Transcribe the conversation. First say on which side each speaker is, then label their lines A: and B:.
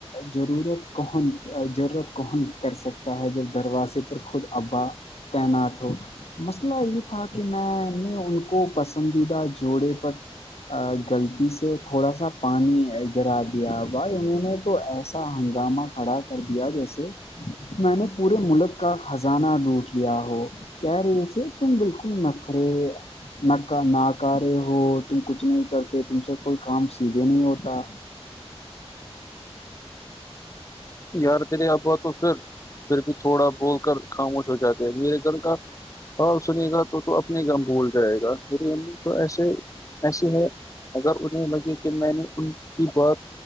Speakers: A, on the left (about 70°); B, on the left (about 30°).
A: ضرورت کون ضرورت کون کر سکتے ہے جب دروازے پر خود ابا تعینات ہو مسئلہ یہ تھا کہ میں نے ان کو پسندیدہ جوڑے پر گغلطی سے تھوڑا سا پانی گرا دیا بھائی انہوں نے تو ایسا ہنگامہ کھڑا کر دیا جیسے میں نے پورے ملک کا خزانہ ڈوٹ لیا ہو کیا رہی تھے تم بالکل نخرے نہ ناکارے ہو تم کچھ نہیں کرتے تم سے کوئی کام سیدھے نہیں ہوتا
B: یار دیر آبا تو پھر پھر بھی تھوڑا بول کر خاموش ہو جاتے ہیں میرے گھر کا ہاں سنی گا تو اپنے گم بھول جائے گا میری امی تو ایسے ایسے ہے اگر انہیں لگے کہ میں نے ان کی بات